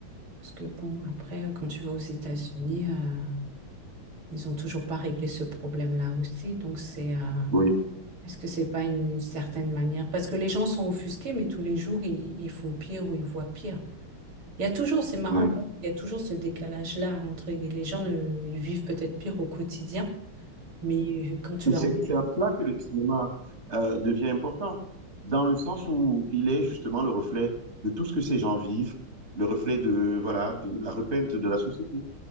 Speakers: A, on the right; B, on the right.
A: Parce que bon, après, euh, quand tu vas aux États-Unis, euh, ils ont toujours pas réglé ce problème-là aussi. Donc c'est, euh,
B: Oui.
A: est-ce que c'est pas une certaine manière? Parce que les gens sont offusqués, mais tous les jours ils, ils font pire ou ils voient pire. Il y a toujours, c'est marrant,
B: oui.
A: il y a toujours ce décalage-là entre les gens ne, ils vivent peut-être pire au quotidien, mais euh, quand tu leur
B: C'est c'est
A: mets...
B: à cela que le cinéma euh, devient important, dans le sens où il est justement le reflet de tout ce que ces gens vivent, le reflet de voilà de la repeinte de la société,